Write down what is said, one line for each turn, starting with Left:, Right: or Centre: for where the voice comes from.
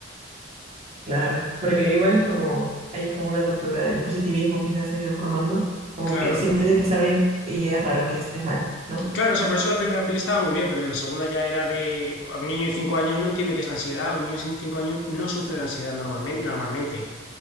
Right: claro, porque igual es como, hay como una cultura de positivismo quizás se ha ido formando, como
Left: Claro,
Right: que siempre tienes que estar bien y es raro que estés mal, ¿no?
Left: claro, o sea, por eso la primera peli estaba muy bien, pero la segunda ya era de, a un niño de cinco años no entiende qué es la ansiedad, un niño sin cinco años no sufre de ansiedad normalmente, normalmente.